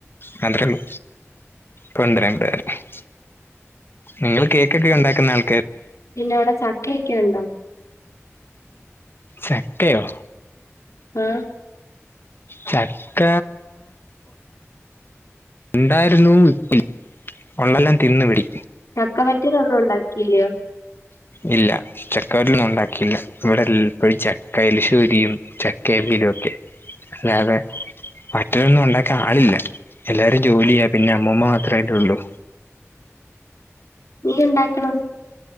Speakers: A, on the left; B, on the left.
A: മാത്രേള്ളൂ കൊണ്ടരാ <unintelligible> നിങ്ങൾ കേക്കൊക്കെ ഉണ്ടാക്കുന്ന ആള
B: പിന്നെ അവിടെ ചക്കയൊക്കെ ഉണ്ടോ
A: ചക്കയോ
B: ആ
A: ചക്ക ഇണ്ടായിരുന്നു ഇ <unintelligible> ഉള്ളെല്ലാം തിന്ന് വിടി
B: ചക്കവറ്റിൽ ഒന്നും ഉണ്ടാക്കില്ലയോ
A: ഇല്ല ചക്കവറ്റിലൊന്നും ഉണ്ടാക്കിയില്ല ഇവിടെ എല്ലപ്പോഴും ചക്കലശ്ശൂരിയും ചക്കവിയലും ഒക്കെ അല്ലാതെ മറ്റതൊന്നും ഉണ്ടാക്കാൻ ആളില്ല എല്ലാരും ജോലിയാ പിന്നെ അമ്മമ്മ മാത്രല്ലേള്ളൂ
B: നീ ഉണ്ടാക്കണം